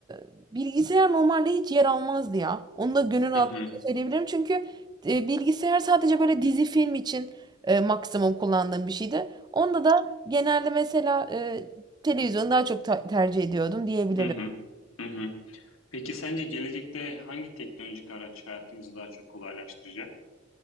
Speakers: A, on the right; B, on the left.
A: e, bilgisayar normalde hiç yer almazdı ya. Onu da gönül rahatlığıyla
B: Hı hı.
A: söyleyebilirim çünkü e, bilgisayar sadece böyle dizi film için e, maksimum kullandığım bir şeydi. Onda da genelde mesela e, televizyonu daha çok ta- tercih ediyordum diyebilirim.
B: Hı hı. Hı hı. Peki sence gelecekte hangi teknolojik araç hayatımızı daha çok kolaylaştıracak?